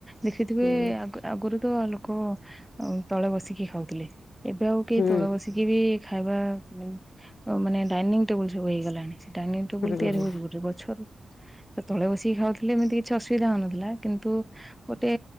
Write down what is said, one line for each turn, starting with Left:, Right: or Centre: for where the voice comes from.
Centre: ଦେଖିଥିବେ,
Left: ହୁଁ
Centre: ଆଗ ଆଗରୁ ତ ଲୋକ ତଳେ ବସିକି ଖାଉଥିଲେ, ଏବେ ଆଉ କି
Left: ହୁଁ
Centre: ତଳେ ବସିକି ବି ଖାଇବା ମାନେ, ମାନେ ଡାଇନିଂ ଟେବୁଲ ସବୁ ହେଇଗଲାଣି, ଡାଇନିଂ ଟେବୁଲ ତିଆରି
Left: ହୁଁ।
Centre: ହଉଛି ଗୋଟେ ଗଛରୁ। ତଳେ ବସିକି ଖାଉଥିଲେ, ଏମିତି କିଛି ଅସୁବିଧା ହଉନଥିଲା, କିନ୍ତୁ ଗୋଟେ